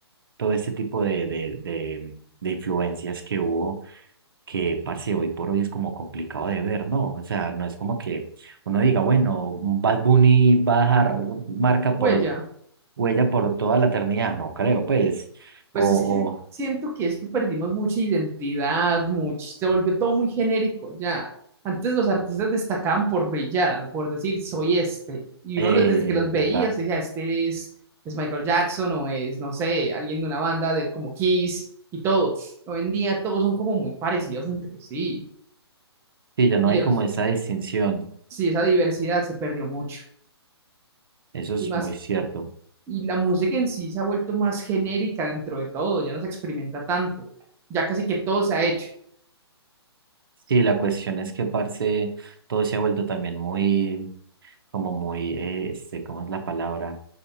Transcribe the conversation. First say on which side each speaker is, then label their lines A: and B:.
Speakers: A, on the right; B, on the right.
A: todo este tipo de, de, de, de influencias que hubo, que parce, hoy por hoy es como complicado de ver, ¿no? O sea, no es como que uno diga, bueno, un Bad Bunny va a dejar marca por
B: Huella.
A: huella por toda la eternidad, no creo, pues, o,
B: Pues es que
A: o
B: siento que es que perdimos mucha identidad, mucho, se volvió todo muy genérico ya. Antes los artistas destacaban por brillar, por decir soy este, y
A: eh,
B: uno los- desde que los
A: es
B: veía,
A: verdad,
B: usted decía, este es, es Michael Jackson o es, no sé, alguien de una banda de como Kiss y todo. Hoy en día todos son como muy parecidos entre sí,
A: sí, ya no
B: y
A: hay
B: ya
A: como
B: no, es-
A: esa distinción,
B: sí, esa diversidad se perdió mucho.
A: eso es
B: Y más,
A: muy cierto.
B: y la música en sí se ha vuelto más genérica dentro de todo, ya no se experimenta tanto, ya casi que todo se ha hecho.
A: Sí, la cuestión es que, parce, todo se ha vuelto también muy como muy, eh, este, ¿cómo es la palabra?